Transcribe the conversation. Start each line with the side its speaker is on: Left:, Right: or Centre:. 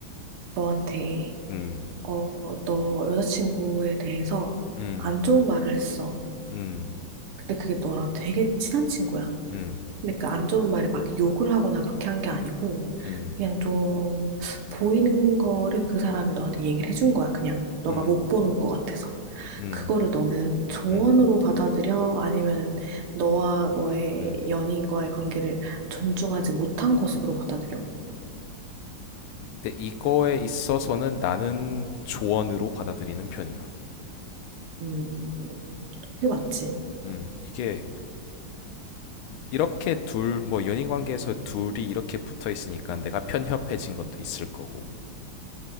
Right: 너한테,
Left: 음.
Right: 어, 너 여자친구에 대해서
Left: 음.
Right: 안 좋은 말을 했어.
Left: 음.
Right: 근데 그게 너랑 되게 친한 친구야.
Left: 음.
Right: 근데 그 안 좋은 말이 막 욕을 하거나 그렇게 한 게 아니고,
Left: 음.
Right: 그냥 좀 보이는 거를 그 사람이 너한테 얘기를 해준 거야, 그냥. 너가
Left: 음.
Right: 못 보는 것 같아서.
Left: 음.
Right: 그거를 너는 조언으로
Left: 음.
Right: 받아들여? 아니면 너와 너의
Left: 음.
Right: 연인과의 관계를 존중하지 못한 것으로 받아들여?
Left: 근데 이거에 있어서는 나는 조언으로 받아들이는 편이야.
Right: 음, 그게 맞지.
Left: 음. 이게 이렇게 둘, 뭐 연인 관계에서 둘이 이렇게 붙어 있으니까 내가 편협해진 것도 있을 거고.